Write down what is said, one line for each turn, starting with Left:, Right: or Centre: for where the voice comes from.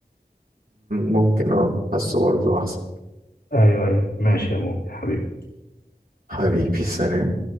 Right: ممكن اه حاسه برضه أحسن
Left: ايوه ايوه ماشي يا مو حبيبي
Right: حبيبي سلام